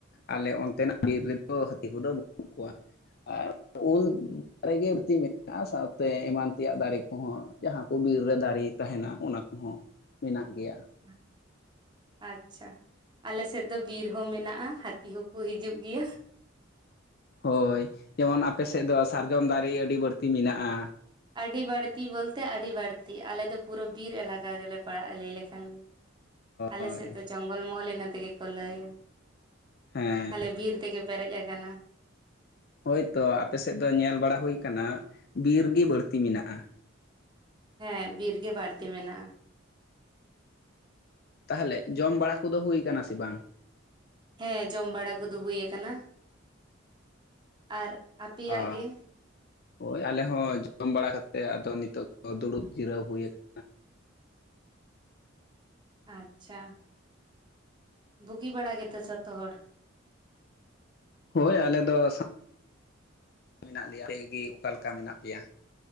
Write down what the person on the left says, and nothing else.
ᱟᱞᱮ ᱚᱱᱛᱮᱱᱟᱜ ᱵᱤᱨ ᱨᱮ ᱫᱚ ᱦᱟᱹᱛᱤ ᱠᱚ ᱫᱚ ᱵᱟᱹᱱᱩᱜ ᱠᱚᱣᱟ᱾ ᱟᱨ ᱩᱞ ᱫᱟᱨᱮ ᱜᱮ ᱵᱟᱹᱲᱛᱤ ᱢᱮᱱᱟᱜᱼᱟ ᱥᱟᱶᱛᱮ ᱮᱢᱟᱱ ᱛᱮᱭᱟᱜ ᱫᱟᱨᱮ ᱠᱚᱦᱚᱸ ᱡᱟᱦᱟᱸ ᱠᱚ ᱜᱤ ᱵᱤᱨ ᱨᱮ ᱫᱟᱨᱮ ᱛᱟᱦᱮᱱᱟ ᱚᱱᱟ ᱠᱚᱦᱚᱸ ᱢᱮᱱᱟᱜ ᱜᱮᱭᱟ᱾
ᱦᱳᱭ ᱡᱮᱢᱚᱱ ᱟᱯᱮ ᱥᱮᱫ ᱫᱚ ᱥᱟᱨᱡᱚᱢ ᱫᱟᱨᱮ ᱟᱹᱰᱤ ᱵᱟᱹᱲᱛᱤ ᱢᱮᱱᱟᱜᱼᱟ᱾
ᱦᱳᱭ
ᱦᱮᱸ
ᱦᱳᱭᱛᱚ ᱟᱯᱮᱥᱮᱫ ᱫᱚ ᱧᱮᱞ ᱵᱟᱲᱟ ᱦᱩᱭᱩᱭᱟ ᱟᱠᱟᱱᱟ, ᱵᱤᱨ ᱜᱤ ᱵᱟᱹᱲᱛᱤ ᱢᱮᱱᱟᱜᱼᱟ᱾
ᱛᱟᱦᱚᱞᱮ ᱡᱚᱢ ᱵᱟᱲᱟ ᱠᱚ ᱫᱚ ᱦᱩᱭ ᱟᱠᱟᱱᱟ ᱥᱮ ᱵᱟᱝ?
ᱟᱼ
ᱦᱳᱭ ᱟᱞᱮ ᱦᱚᱸ ᱡᱚᱢ ᱵᱟᱲᱟ ᱠᱟᱛᱮᱫ ᱟᱫᱚ ᱱᱤᱛᱚᱜ ᱫᱚ ᱫᱩᱲᱩᱵ ᱡᱤᱨᱟᱹᱣ ᱦᱩᱭᱩ ᱟᱠᱟᱱᱟ᱾
ᱦᱳᱭ ᱟᱞᱮ ᱫᱚ ᱥᱟᱸ ᱢᱮᱱᱟᱜ ᱞᱮᱭᱟ ᱟᱯᱮ ᱜᱮ ᱚᱠᱟᱞᱮᱠᱟ ᱢᱮᱱᱟᱜ ᱯᱮᱭᱟ?